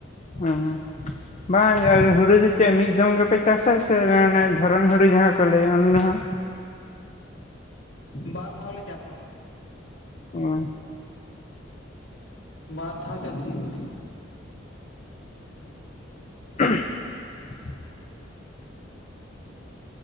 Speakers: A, on the left (about 35°); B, on the left (about 80°).
A: ᱦᱚᱸ ᱵᱟᱝ ᱦᱩᱲᱩ ᱫᱚ ᱪᱮᱫ ᱢᱤᱫ ᱫᱚᱢ ᱜᱮᱯᱮ ᱪᱟᱥᱟ ᱥᱮ ᱫᱷᱚᱨᱚᱱ ᱦᱩᱲᱩ ᱡᱟᱦᱟᱸ ᱠᱚ ᱞᱟᱹᱭᱟ ᱚᱱᱟ ᱦᱚᱸ
B: ᱵᱟᱨ ᱫᱷᱟᱣ ᱞᱮ ᱪᱟᱥᱟ᱾
A: <unintelligible>
B: ᱵᱟᱨ ᱫᱷᱟᱣ ᱪᱟᱥ ᱦᱩᱭᱩᱜᱼᱟ᱾
A: <unintelligible>